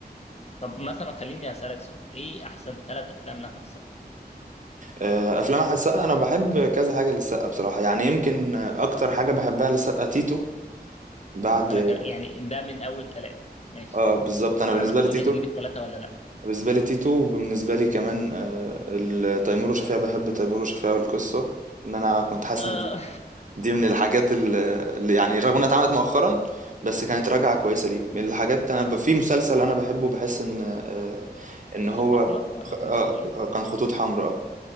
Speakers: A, on the left; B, on the right.
A: طب مثلا خليني اسالك سؤال ايه احسن ثلاث افلام لاحمد السقا
B: آه، افلام احمد السقا انا بحب كذا حاجه للسقا بصراحه يعني يمكن آه، اكتر حاجه بحبها للسقا تيتو بعد
A: وانا جم... يعني ده من اول ثلاثة ماشي
B: اه بالظبط انا
A: انا
B: بالنسبه
A: عايزك تقول
B: لي تيتو
A: لي هجيب الثلاثة ولا لا
B: بالنسبه لي تيتو وبالنسبه لي كمان آه، ال- تيمور وشفيقة بحب تيمور وشفيقة والقصه ان انا كنت حاسس
A: آه...
B: ان دي دي من الحاجات ال- اللي يعني رغم انها اتعملت مؤخرا بس كانت راجعه كويسه ليه من الحاجات انا ب- في مسلسل انا بحبه بحس ان آه،
A: <laughs>
B: ان هو
A: خط احمر ولا كان
B: آه،
A: اسمه ايه
B: آه، كان خطوط حمراء اه